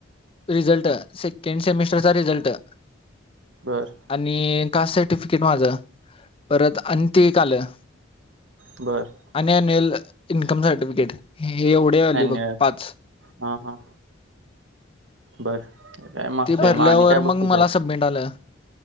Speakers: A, on the left (about 30°); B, on the right (about 70°).
A: रिझल्ट सेकंड सेमिस्टर चा रिझल्ट
B: बर.
A: आणि कास्ट सर्टिफिकेट माझं परत अ ते एक आलं.
B: बरं.
A: आणि अन्युअल इन्कम सर्टिफिकेट हे एवढ. पुडे अली
B: अन्युअल
A: बग पाच
B: हां हां बर काय मागचे
A: ते भरल्यावर
B: मग आणि काय बघते
A: मग मला
B: त्यात
A: सबमिट आलं.